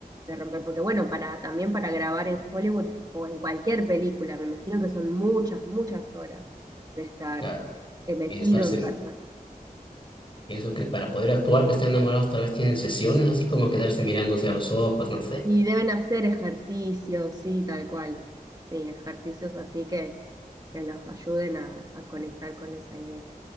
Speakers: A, on the right; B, on the left.
A: de romper. Porque bueno, para, también para grabar en Hollywood o en cualquier película, me imagino que son muchas, muchas horas de estar
B: Claro,
A: eh, metido
B: y de estarse,
A: en persona.
B: pienso que para poder actuar que estén enamorados, tal vez tienen sesiones, así como quedarse mirándose a los ojos, no sé.
A: Y deben hacer ejercicios, sí, tal cual. Sí, ejercicios así que, que los ayuden a, a conectar con esa idea.